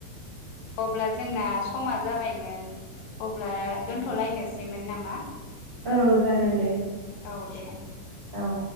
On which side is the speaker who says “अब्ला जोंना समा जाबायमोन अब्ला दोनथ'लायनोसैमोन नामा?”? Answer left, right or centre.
Left